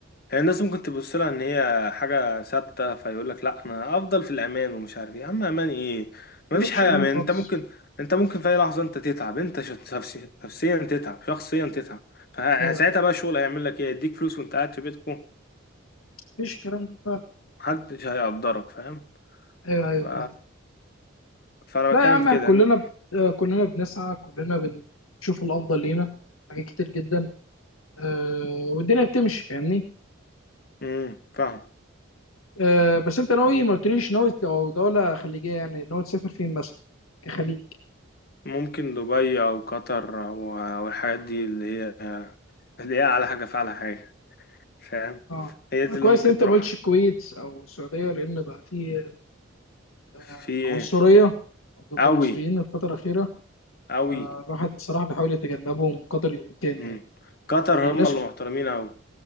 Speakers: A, on the left (about 45°); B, on the left (about 85°).
A: هي الناس ممكن تبص لها ان هي حاجه ثابته فيقول لك لا انا افضل في الامان ومش عارف ايه يا عم امان ايه مفيش
B: ما تبقاش
A: حاجه
B: أمان
A: امان
B: خالص،
A: انت ممكن انت ممكن في اي لحظه انت تتعب انت شخص- نفسيا نفسيا تتعب شخصيا تتعب فساعتها
B: أيوه أيوه،
A: بقى الشغل هيعمل لك ايه يديك فلوس وانت قاعد في بيتكم
B: مفيش الكلام ده فعلا،
A: محدش هيقدرك فاهم
B: أيوه أيوه
A: ف...
B: معاك،
A: فانا
B: لا
A: بتكلم
B: يا عم
A: في كده
B: كلنا ب... آه، كلنا بنسعى، كلنا بنشوف الأفضل لينا، حاجات كتير جدا، أه والدنيا بتمشي فاهمني.
A: امم فاهم
B: أه بس انت ناوي ما قلتليش ناوي لو دولة خليجية يعني ناوي تسافر فين مثلا كخليج
A: ممكن دبي او قطر او أو الحاجات دي اللي هي اللي هي على حاجه فعلى حاجه فاهم
B: اه
A: هي دي
B: آه، كويس
A: اللي ممكن
B: ان انت
A: تروح
B: ما قلتش الكويت او السعودية لان بقى في آه،
A: في ايه
B: عنصرية ضد
A: قوي
B: المصريين الفترة الأخيرة
A: أوي
B: آه، الواحد صراحة بيحاول يتجنبهم قدر الإمكان
A: مم.
B: يعني
A: قطر
B: يعني الناس
A: هم اللي محترمين أوي